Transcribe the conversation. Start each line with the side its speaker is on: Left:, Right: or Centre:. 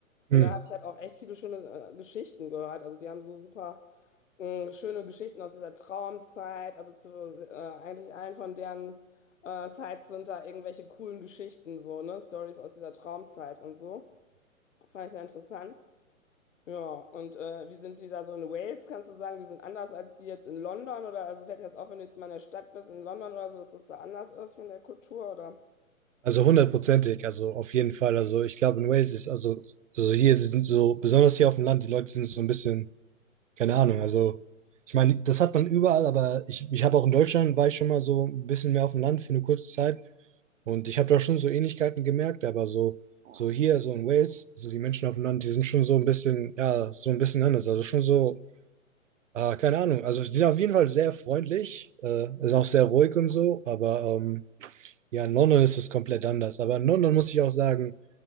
Left: Und
Right: Hm.
Left: da habe ich halt auch echt viele schöne äh, Geschichten gehört. Also die haben so super mh, schöne Geschichten aus dieser Traumzeit. Also zu äh, eigentlich allen von deren äh, Sites sind da irgendwelche coolen Geschichten so, ne? Stories aus dieser Traumzeit und so. Das fand ich sehr interessant. Ja, und äh, wie sind die da so in Wales? Kannst du sagen, die sind anders als die jetzt in London? Oder also fällt dir das auf, wenn du jetzt mal in der Stadt bist in London oder so, dass das da anders ist von der Kultur oder
Right: Also hundertprozentig, also auf jeden Fall. Also ich glaube in Wales ist, also, also hier sie sind so, besonders hier auf dem Land, die Leute sind so ein bisschen, keine Ahnung, also ich meine, das hat man überall, aber ich, ich habe auch in Deutschland, war ich schon mal so ein bisschen mehr auf dem Land für eine kurze Zeit. Und ich habe da schon so Ähnlichkeiten gemerkt, aber so, so hier, so in Wales, so die Menschen auf dem Land, die sind schon so ein bisschen, ja, so ein bisschen anders. Also schon so, ah, keine Ahnung. Also sie sind auf jeden Fall sehr freundlich, äh, ist auch sehr ruhig und so, aber ähm, ja, in London ist es komplett anders. Aber in London muss ich auch sagen,